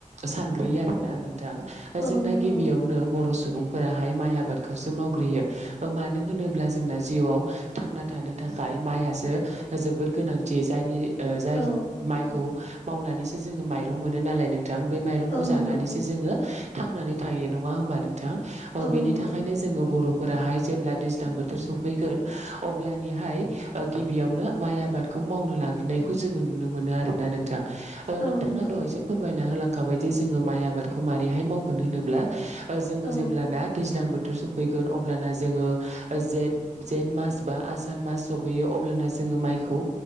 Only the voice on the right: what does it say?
सानग्रोयो आरोना <unintelligible> <unintelligible>
जोंना
गिबियावनो बर' <unintelligible> <unintelligible> माइ आबादखौसो मावग्रोयो। मानो होनोब्ला जोंना जिउआव थांना थानो <unintelligible> <unintelligible> माइआसो जोबोर गोनांथि जायनि जाय
माइखौ मावनानैसो जोङो माइरं मोनो नालाय <unintelligible> <unintelligible> बे माइरंखौ
जानानैसो
जोङो थांनानै थायो नङा होमबा नोंथां?
बेनि
थाखायनो जोङो बर' <unintelligible> जेब्ला दैज्लां बोथोर सफैगोन अब्लानिहाय गिबियावनो माइ आबादखौ न'वाव मावनो लाग्रोनायखौ जों नुनो मोनो आरो नोंथां
नोंथाङा
दहायसो फोरमायना होलां माबायदि जोङो माइ आबादखौ मारोरैहाय मावगोन होनोब्ला जोङो
जेब्लाना दैज्लां <unintelligible> <unintelligible> सफैगोन अब्ला जोङो जेठ- जेठ मास बा आसार मास सफैयो अब्ला ना जों माइखौ